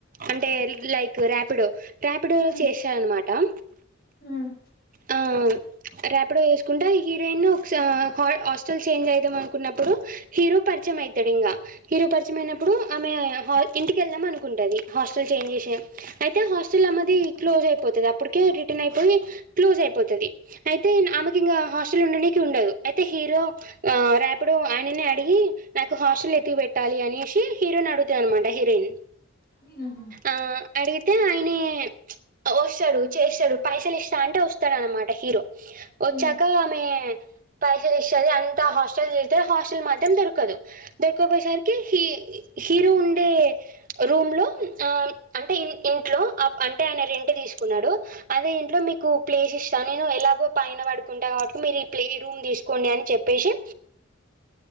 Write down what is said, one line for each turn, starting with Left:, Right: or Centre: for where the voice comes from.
Right: అంటే లైక్ ర్యాపిడొ రాపిడో
Left: ఉమ్
Right: చేశార అనమాట ఆ
Left: ఉమ్
Right: ఆ రాపిడో చేసుకుంటా ఈ హీరోయిన్ ఒక హాస్టల్ చేంజ్ అయిదాం అనుకున్నప్పుడు హీరో పరిచయం అయితాడు ఇంకా హీరో పరిచయం అయినప్పుడు ఆమె ఇంటి వెళ్దాం అనుకుంటది హాస్టల్ చేంజ్ చేసి అయితే హాస్టల్ అనేది క్లోజ్ అయిపోతాది అప్పటికే రిటర్న్ అయిపోయి క్లోజ్ అయిపోతుది అయితే ఆమెకి ఇంకా హాస్టల్ ఉండడానికి ఉండదు అయితే హీరో ఆ రాపిడో ఆయననే అడిగి నాకు హాస్టల్ ఎతికి పెట్టాలి అనేసి హీరోని అడుగుతాది అనమాట హీరోయిన్
Left: ఉహు
Right: ఆ! అడిగితే ఆయనే వస్తాడు చేస్తాడు పైసలు ఇస్తా అంటే వస్తాడు అనమాట హీరో వచ్చాక
Left: ఉమ్
Right: ఆమె పైసలు ఇస్తాది అంత హాస్టల్ చేరితే హాస్టల్ మాత్రం దొరకదు దొరకపోయేసరికి హీ హీరో ఉండే రూమ్ లో ఆ అంటే ఇంట్లో అంటే ఆయన రెంట్ తీసుకున్నాడు అదే ఇంట్లో మీకు ప్లేస్ ఇస్తాను నేను ఎలాగో పైన పడుకుంటాను కాబట్టి మీరు ఈ ప్లే రూమ్ తీసుకోండి అని చెప్పేసి